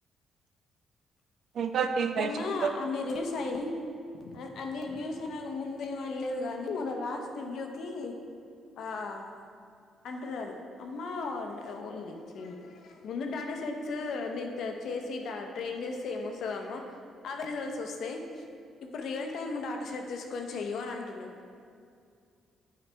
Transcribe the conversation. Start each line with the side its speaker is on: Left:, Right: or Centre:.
Right: ఇంకా టీమ్ మేట్స్
Left: మొన్నా
Right: ఉంటారు
Left: అన్ని రివ్యూస్ అయినయ్ అన్ని రివ్యూస్ తరాగ మున్ ఏమన్లేదు కానీ మన లాస్ట్ వ్యూ కీ ఆ అ అంటున్నాడు అమ్మా ఓన్లీ ఛీ ముందు డాటా సెట్స్ ని చేసి ట్రైన్ చేస్తే ఏమొస్ మ్మా అవి రిజల్స్ వస్తాయి. ఇప్పుడు రియల్ టైమ్ డాటాషెట్ తీసుకొని చెయ్యు అని అంటున్నాడు.